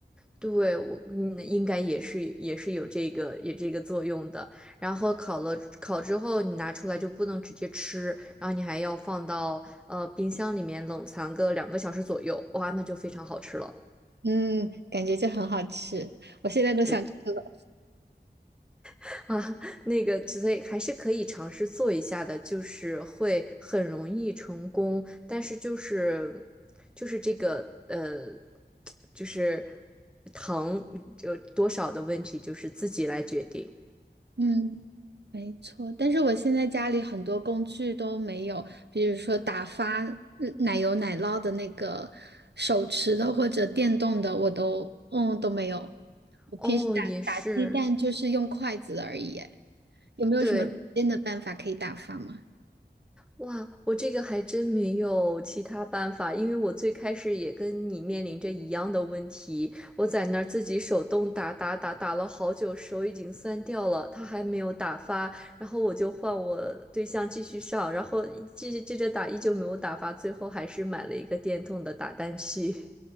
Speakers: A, in the centre; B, on the right.
A: 对，我嗯，应该也是也是有这个有这个作用的。然后烤了烤之后，你拿出来就不能直接吃，然后你还要放到呃冰箱里面冷藏个两个小时左右，哇，那就非常好吃了。
B: 嗯，感觉就很好吃，我现在都想吃了。
A: 对 <laughs> 啊，那个所以还是可以尝试做一下的，就是会很容易成功，但是就是就是这个呃就是糖就多少的问题，就是自己来决定。
B: 嗯，没错，但是我现在家里很多工具都没有，比如说打发嗯奶油奶酪的那个手持的或者电动的，我都嗯都没有。我平时打打鸡蛋就是用筷子而已耶，
A: 哦，也是。
B: 有没有什么简单的办法可以打发吗？
A: 对，哇，我这个还真没有其他办法，因为我最开始也跟你面临着一样的问题，我在那儿自己手动打打打打了好久，手已经酸掉了，它还没有打发，然后我就换我对象继续上，然后继续接着打，依旧没有打发，最后还是买了一个电动的打蛋器。